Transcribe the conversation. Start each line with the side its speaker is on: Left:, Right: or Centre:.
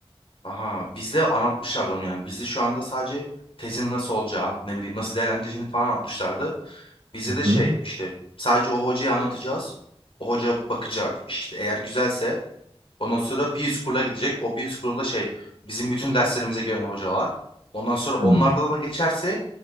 Left: Aha bizde anlatmışlardı onu yani. Bizde şu anda sadece tezin nasıl olacağı, ne bileyim nasıl değerlendireceğini falan anlatmışlardı. Bize
Right: Hı
Left: de şey
Right: hı.
Left: işte sadece o hocaya anlatacağız. O hoca bakacak işte eğer güzelse ondan sonra bir üst kurula gidecek. O bir üst kurulda şey bizim bütün derslerimize gören hocalar. Ondan sonra onlardan
Right: Hmm.
Left: da geçerse